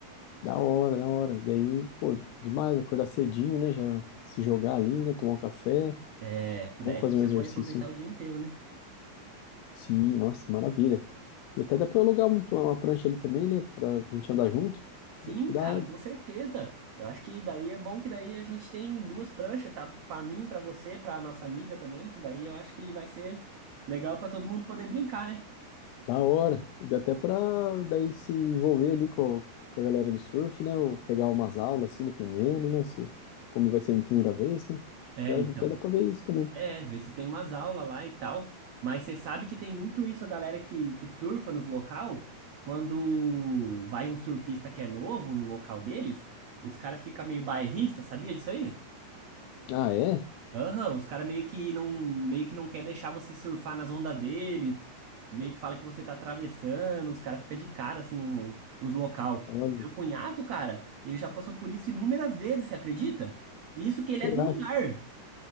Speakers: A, on the left (about 85°); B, on the right (about 85°).
A: Da hora, da hora. Daí, pô, demais acordar cedinho, né? Já se jogar ali, né? Tomar um café.
B: É, que
A: Vamos
B: daí a
A: fazer
B: gente
A: um
B: já
A: exercício,
B: pode aproveitar
A: hein?
B: o dia inteiro, né?
A: Sim, nossa, maravilha. E até dá pra eu alugar um- uma prancha ali também, né? Pra gente andar junto.
B: Sim,
A: Acho que dá
B: cara, com certeza. Eu acho que daí é bom que daí a gente tem duas pranchas, tá? Pra mim, pra você, pra nossa amiga também, que daí eu acho que vai ser legal pra todo mundo poder brincar, né?
A: da hora. Dá até pra daí se envolver ali com, com a galera do surf, né? Ou pegar umas aulas, assim, dependendo, né? Se, como vai ser a minha primeira vez, né? Acho
B: É,
A: que dá,
B: então.
A: até dá pra ver isso também.
B: É, ver se tem umas aulas lá e tal. Mas você sabe que tem muito isso, a galera que, que surfa nos local, quando vai um surfista que é novo no local deles, os caras ficam meio bairrista, sabia disso aí?
A: Ah, é?
B: Aham, os caras meio que não, meio que não quer deixar você surfar nas ondas deles, meio que fala que você tá atravessando, os caras ficam de cara, assim, os, os local.
A: Olha,
B: O meu cunhado, cara, ele já passou por isso inúmeras vezes, você acredita? Isso que ele
A: você
B: é do
A: acha?
B: lugar.